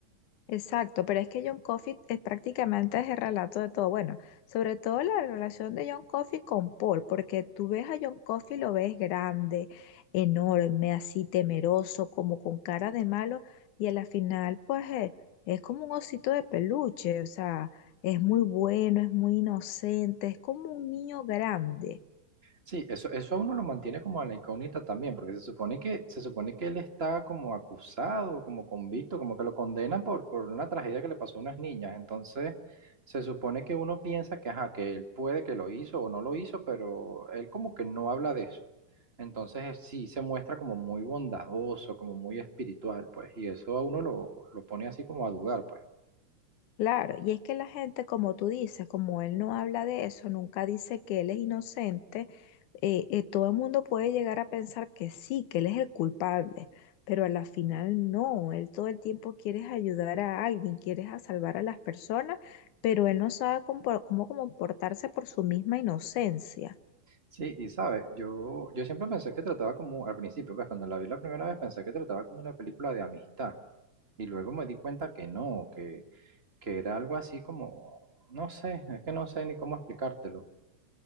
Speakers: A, on the left; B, on the right.
A: Exacto, pero es que John Coffey es prácticamente es el relato de todo. Bueno, sobre todo la relación de John Coffey con Paul, porque tú ves a John Coffey, lo ves grande, enorme, así temeroso, como con cara de malo, y a la final, pues eh, es, como un osito de peluche, o sea, es muy bueno, es muy inocente, es como un niño grande.
B: Sí, eso, eso a uno lo mantiene como en la incógnita también, porque se supone que, se supone que él está como acusado, como convicto, como que lo condenan por, por una tragedia que le pasó a unas niñas. Entonces, se supone que uno piensa que, ajá, que él puede que lo hizo o no lo hizo, pero él como que no habla de eso. Entonces, eh, sí se muestra como muy bondadoso, como muy espiritual, pues, y eso a uno lo, lo pone así como a dudar, pues.
A: Claro, y es que la gente, como tú dices, como él no habla de eso, nunca dice que él es inocente, eh, eh, todo el mundo puede llegar a pensar que sí, que él es el culpable, pero a la final no, él todo el tiempo quiere ayudar a alguien, quiere a salvar a las personas, pero él no sabe compor- cómo comportarse por su misma inocencia.
B: Sí, y sabe, yo, yo siempre pensé que trataba como, al principio, pues cuando la vi la primera vez pensé que trataba como una película de amistad. Y luego me di cuenta que no, que, que era algo así como, no sé, es que no sé ni cómo explicártelo.